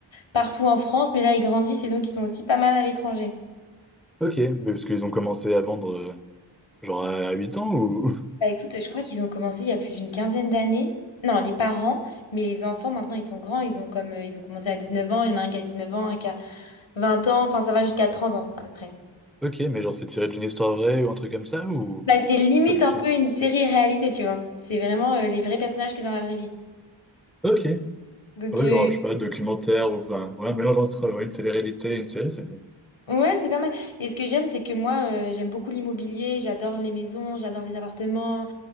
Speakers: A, on the left; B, in the centre.
A: partout en France. Mais là, ils grandissent et donc ils sont aussi pas mal à l'étranger.
B: Ok, mais parce qu'ils ont commencé à vendre euh, genre à 8 ans ou...
A: Bah écoute, je crois qu'ils ont commencé il y a plus d'une quinzaine d'années. Non, les parents, mais les enfants, maintenant, ils sont grands. Ils ont comme, euh, ils ont commencé à 19 ans. Il y en a un qui a 19 ans, un qui a 20 ans. Enfin, ça va jusqu'à 30 ans à peu près.
B: <laughs> Ok, mais genre c'est tiré d'une histoire vraie ou un truc comme ça ou...
A: Bah, c'est limite
B: Pas du
A: un
B: tout.
A: peu une série réalité, tu vois. C'est vraiment euh, les vrais personnages que dans la vraie vie.
B: Ok, ouais
A: Donc, euh,
B: genre je sais pas, documentaire ou... Enfin, ouais, mélange entre ouais, une télé-réalité et une série, c'est...
A: ouais, c'est pas mal. Et ce que j'aime, c'est que moi, euh, j'aime beaucoup l'immobilier, j'adore les maisons, j'adore les appartements.